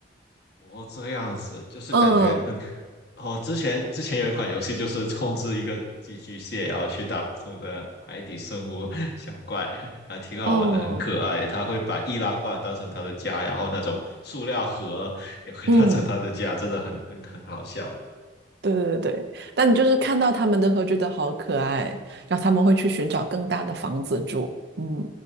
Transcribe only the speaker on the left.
哦，这样子就是感觉，
嗯，哦，之前之前有一款游戏就是控制一个寄居蟹，然后去打不同的海底生物小怪，还挺好玩的，
很可爱。它会把易拉罐当成它的家，然后那种塑料盒也会当成它的家，
真的很很很好笑。